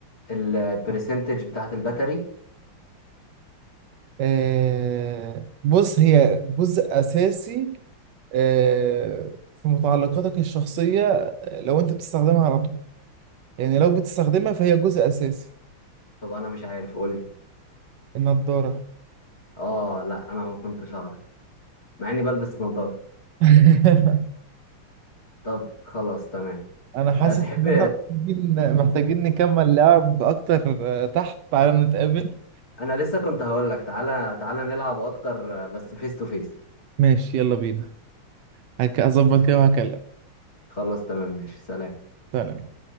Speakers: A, on the left; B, on the right.
A: البرسنتج بتاعت الباتري
B: آه، بص هي جزء أساسي آه، في متعلقاتك الشخصية آه، لو أنت بتستخدمها على طول يعني لو بتستخدمها فهي جزء أساسي
A: طب انا مش عارف قولي
B: النضارة
A: اه لا انا ما كنتش اعرف مع اني بلبس نظارة
B: <laughs>
A: طب خلاص تمام
B: أنا حاسس
A: أه تحب
B: إن إحنا محتاجين محتاجين نكمل لعب أكتر آه، تحت تعالى نتقابل
A: انا لسه كنت هقول لك تعالى تعالى نلعب اكتر آه، بس فيس تو فيس
B: ماشي يلا بينا هك اظبط كده وهكلمك
A: خلاص تمام ماشي سلام
B: سلام